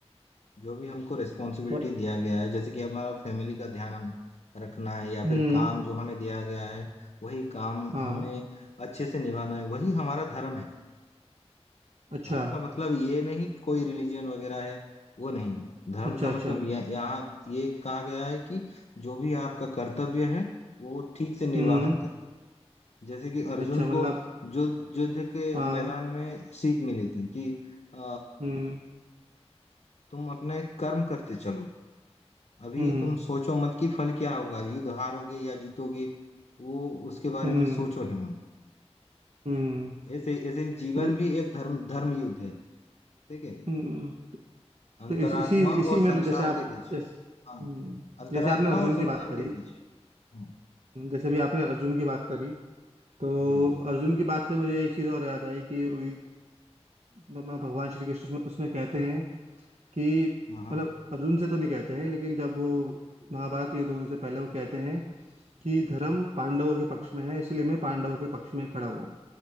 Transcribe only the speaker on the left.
जो भी हमको रिस्पॉन्सिबिलिटी
दिया गया है जैसे कि हमारा फैमिली का ध्यान हमें रखना है या
फिर काम जो हमें दिया गया है वही काम
हमें अच्छे से निभाना है वही हमारा धर्म है
धर्म का मतलब ये नहीं कि कोई रिलीजन वगैरह है वो नहीं धर्म
का मतलब
यह यहाँ ये कहा गया है कि जो भी आपका कर्तव्य है वो ठीक से निर्वाहन
करो जैसे कि अर्जुन
को जो युद्ध के
मैदान में सीख मिली थी कि अ,
तुम अपने कर्म करते चलो अभी
तुम सोचो मत कि फल क्या होगा युद्ध हारोगे या जीतोगे वो उसके बारे
में सोचो ही मत
ऐसे ऐसे जीवन
भी एक धर्म धर्म युद्ध है ठीक है
अंतरात्मा
और
संसार
के बीच
हाँ
अंतरात्मा
और संसार
के बीच हाँ
जी जी जी
हाँ हाँ